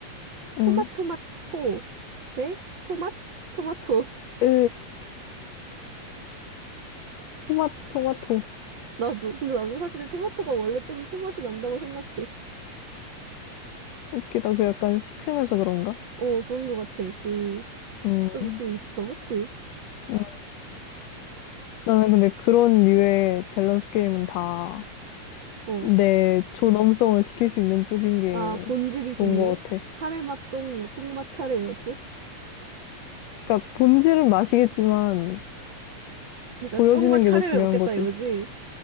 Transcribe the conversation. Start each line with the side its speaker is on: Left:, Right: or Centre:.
Right: 토마토마토
Left: 응.
Right: 대 토맛 토마토. <laughs>
Left: 으, 토마, 토마토.
Right: 나도. 근데 나는 사실 토마토가 원래 좀 토맛이 난다고 생각해.
Left: 웃기다. 그 약간 시큼해서 그런가?
Right: 어, 그런 것 같아. 그,
Left: 음,
Right: 좀 그게 있어. 그치?
Left: 음. 나는 근데 그런 류의 밸런스 게임은 다
Right: 어.
Left: 내 존엄성을 지킬 수 있는 쪽인 게
Right: 아, 본질이 중요해?
Left: 좋은 것 같아.
Right: 카레 맛 똥, 뭐, 똥맛 카레 이것도?
Left: 그러니까 본질은 맛이겠지만
Right: 그러니까
Left: 보여지는
Right: 똥맛
Left: 게
Right: 카레를
Left: 더 중요한
Right: 먹겠다
Left: 거지.
Right: 이거지?